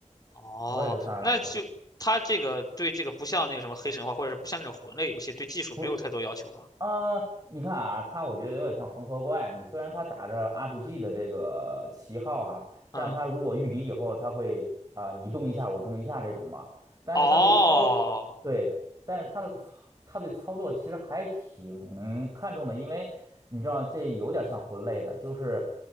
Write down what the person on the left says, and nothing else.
哦，
那就他这个对这个不像那个什么黑神话或者是不像那种魂类游戏对技术没有太多要求吧？
嗯，
哦